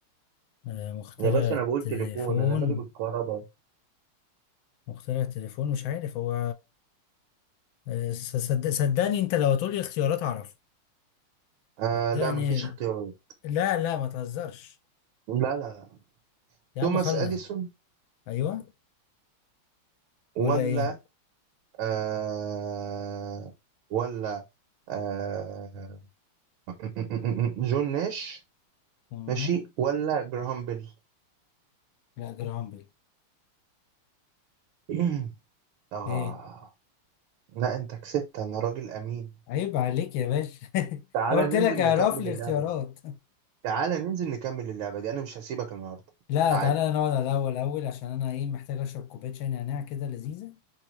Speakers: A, on the left; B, on the right.
A: آه، مخترع
B: يا باشا
A: التليفون
B: انا بقول تليفون انا مالي بالكهرباء
A: مخترع التليفون مش عارف هو آه، صد- صدقني انت لو هتقولي اختيارات اعرف
B: آه
A: صدقني
B: لا مفيش اختيارات
A: لا لا ما تهزرش
B: لا لا لا
A: يا
B: توماس
A: عم خلنا
B: اديسون
A: ايوه ولا
B: ولا
A: ايه
B: آه ولا آه <laughs> جون ناش
A: تمام
B: ماشي ولا جراهام بيل
A: لا جرام بيل
B: <clears throat> آه
A: ايه
B: لا أنت كسبت أنا راجل أمين
A: عيب عليك يا باشا <laughs>
B: تعالى
A: قلت
B: ننزل
A: لك اعرف
B: نكمل
A: لي
B: اللعبة
A: اختيارات
B: دي تعالى ننزل نكمل اللعبة دي أنا مش هسيبك النهاردة
A: لا
B: تعالى
A: تعالى نقعد على الأول الأول عشان أنا إيه محتاج أشرب كوباية شاي نعناع كده لذيذة